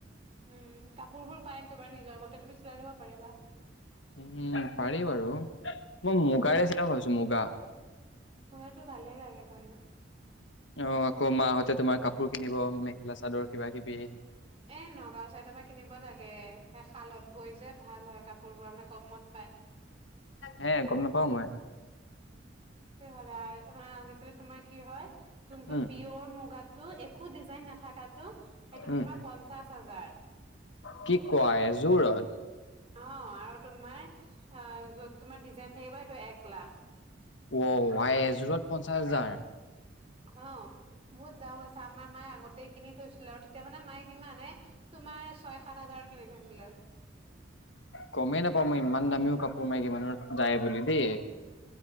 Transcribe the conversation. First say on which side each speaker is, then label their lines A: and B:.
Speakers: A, on the right; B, on the left.
A: উম কাপোৰ বোৰপায় তোমাৰ নিজৰ মতে তুমি চিলাই ল'ব পাৰিবা।
B: উম পাৰি বাৰু মই মুগাৰে চিলাও ভাবিছো মুগা।
A: মোৰতো ভালেই লাগে বাৰু।
B: অ আকৌ মাহতে তোমাৰ কাপোৰ কিনিব মেখেলা চাদৰ কিবা কিবি।
A: এ নগাঁও চাইডৰ পৰা কিনিব লাগে সেই শালত বৈ যে ভাল হয় কাপোৰবোৰ মানে কমত পায়।
B: হে গম নাপাও মই।
A: ভালে মানে আজিকালি তোমাৰ কি হয় যোনটো
B: উম,
A: পিয়ৰ মুগাটো এক একো ডিজাইন না নাথাকাটো সেইটোত
B: উম,
A: তোমাৰ পঞ্চাশ হাজাৰ।
B: কি কোৱা এযোৰত
A: অ' আৰু তোমাৰ অ' য'ত তোমাৰ ডিজাইন ডিজাইন থাকিব সেইটো এক লাখ।
B: অ' আই এযোৰত পঞ্চাশ হাজাৰ।
A: অ' বহুত দাম হৈছে আমাৰ মায়ে আগতে কিনি থৈছিলে আৰু তেতিয়া মানে মায়ে কিমানে তোমাৰ ছয় সাত হাজাৰত কিনি থৈছিলে।
B: গমেই নাপাওঁ মই ইমান দামীও কাপোৰ মাইকী মানুহৰ যায় বুলি দেই।